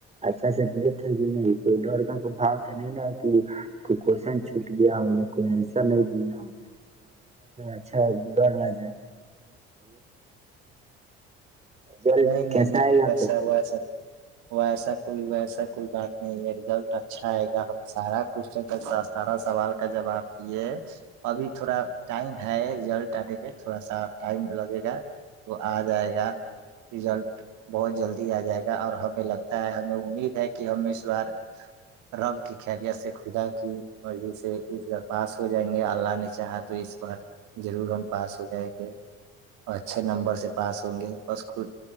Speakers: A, on the right (about 20°); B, on the right (about 75°).
A: اچھا سے دیے تھے کہ نہیں کوئی ڈر کا کوئی بھاؤ تو نہیں نا کہ کوئی کوشن چ گیا ہو کوئیسر نہیں دیا ہو اچھا <unintelligible> جائے رزلٹ
B: نہیں نہیں
A: کیسا
B: نہیں
A: آئے گا
B: ویسا وسا و ایسا کوئی ویسا کوئی بات نہیں ہے رزلٹ اچھا آئے گا ہم سارا کون سارا سوال کا جواب دیے ابھی تھوڑا ٹائم ہے رزلٹ آنے میں تھوڑا سا ٹائم لگے گا تو آ جائے گا رزلٹ بہت جلدی آ جائے گا اور ہمیں لگتا ہے ہمیں امید ہے کہ ہم اس بار رب کی خیفیت سے خدا کی مرضی سے اس بار پاس ہو جائیں گے اللہ نے چاہا تو اس بار ضرور ہم پاس ہو جائیں گے اچھے نمبر سے پاس ہوں گے <unintelligible>